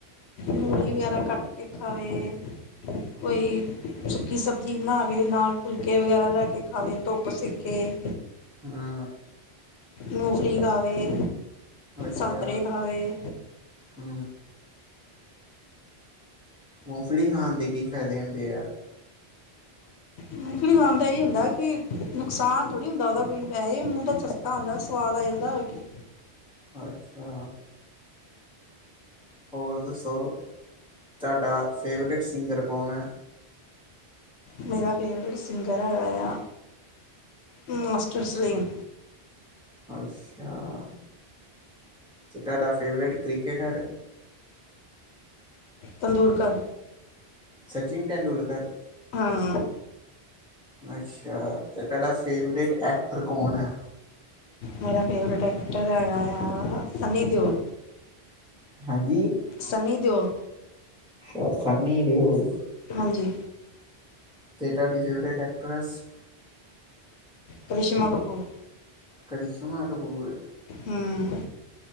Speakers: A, on the left; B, in the centre.
A: ਮੂਲੀ ਵਗੈਰਾ ਕੱਟ ਕੇ ਖਾਵੇ। ਕੋਈ ਸੁੱਕੀ ਸਬਜ਼ੀ ਬਣਾਵੇ ਨਾਲ ਫੁਲਕੇ ਵਗੈਰਾ ਲੈ ਕੇ ਖਾਵੇ ਧੁੱਪ ਸੇਕੇ।
B: ਹਾ
A: ਮੂਫ਼ਲੀ ਖਾਵੇ।
B: ਅੱਛਾ
A: ਸੰਤਰੇ ਖਾਵੇ
B: ਹੁ ਮੂਫਲੀ ਖਾਨ ਦੇ ਕੀ ਫ਼ਾਇਦੇ ਹੁੰਦੇ ਆ।
A: ਮੂਫ਼ਲੀ ਖਾਣ ਦਾ ਇਹੀ ਹੁੰਦਾ ਕਿ ਨੁਕਸਾਨ ਥੋੜ੍ਹੀ ਹੁੰਦਾ ਉਹਦਾ ਕੋਈ ਵੈਹੇ ਮੂੰਹ ਦਾ ਚਸ ਖਾਨ ਦਾ ਸਵਾਦ ਆ ਜਾਂਦਾ ਹੋਰ ਕੀ।
B: ਅੱਛਾ। ਹੋਰ ਦੱਸੋ ਤੁਹਾਡਾ ਫੇਵਰੇਟ ਸਿੰਗਰ ਕੌਣ ਹੈ?
A: ਮੇਰਾ ਫੇਵਰੇਟ ਸਿੰਗਰ ਹੈਗਾ ਆ ਮਾਸਟਰ ਸਲੀਮ।
B: ਅੱਛਾ ਤੇ ਤੁਹਾਡਾ ਫੇਵਰੇਟ ਕ੍ਰਿਕੇਟਰ।
A: ਤੰਦੂਰਕਰ।
B: ਸਚਿਨ ਤੇਂਦੁਲਕਰ।
A: ਹਾਂ।
B: ਅੱਛਾ ਤੇ ਤੁਹਾਡਾ ਫੇਵਰੇਟ ਐਕਟਰ ਕੌਣ ਹੈ?
A: ਮੇਰਾ ਫੇਵਰੇਟ ਐਕਟਰ ਹੈਗਾ ਆ ਸੰਨੀ ਦਿਉਲ।
B: ਹਾਂਜੀ।
A: ਸੰਨੀ ਦਿਓਲ।
B: ਅੱਛਾ ਸਨੀ ਦਿਓਲ।
A: ਹਾਂਜੀ।
B: ਤੇ ਤਹਾਡੀ ਫੇਵਰੇਟ ਐਕਟ੍ਰੈਸ।
A: ਕਰਿਸ਼ਮਾ ਕਪੂਰ।
B: ਕਰਿਸ਼ਮਾ ਕਪੂਰ।
A: ਹਮ